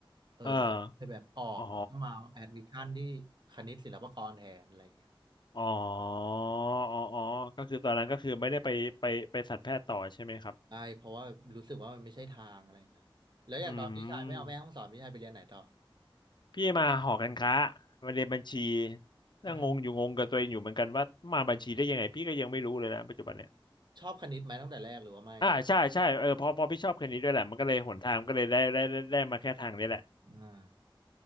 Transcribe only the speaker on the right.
เออ
เลยแบบออกแล้วก็มาแอดมิชชั่นที่คณิตศิลปากรแทนอะไรอย่างเงี้ย
ใช่เพราะว่ารู้สึกว่ามันไม่ใช่ทางอะไรอย่างเงี้ยครับแล้วอย่างตอนพี่ชายไม่เอาแม่ห้องสอนพี่ชายไปเรียนไหนต่อ
อ่า
ชอบคณิตไหมตั้งแต่แรกหรือว่าไม่
อ่า